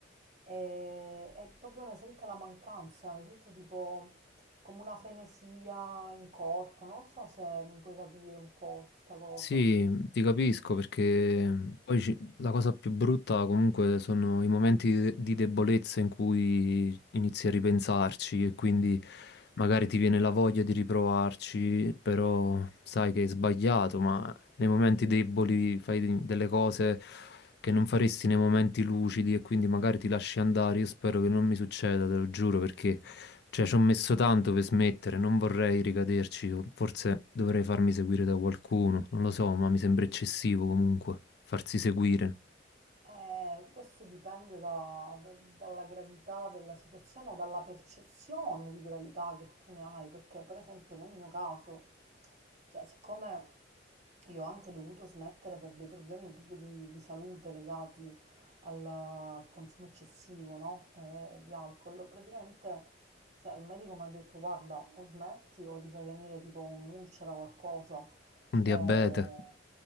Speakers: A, on the right; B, on the left.
A: e, e proprio ne sente la mancanza, ne sento tipo come una frenesia in corpo, non lo so se mi puoi capire un po' questa cosa.
B: Sì, ti capisco perché poi ci- la cosa più brutta comunque sono i momenti di de- di debolezza in cui inizi a ripensarci e quindi magari ti viene la voglia di riprovarci, però sai che hai sbagliato, ma nei momenti deboli fai di- delle cose che non faresti nei momenti lucidi e quindi magari ti lasci andare. Io spero che non mi succeda, te lo giuro, perché... Cioè, ci ho messo tanto per smettere, non vorrei ricaderci, o forse dovrei farmi seguire da qualcuno, non lo so, ma mi sembra eccessivo comunque farsi seguire.
A: Eh, questo dipende da- da- dalla gravità della situazione o dalla percezione di gravità che tu ne hai, perché per esempio nel mio caso, cioè siccome io ho anche dovuto smettere per dei problemi proprio di, di salute legati alla- al consumo eccessivo, no? Eh, di alcol, praticamente cioè, il medico mi ha detto guarda o smetti o ti fai venire tipo un'ulcera o qualcosa.
B: Un
A: Eh,
B: diabete,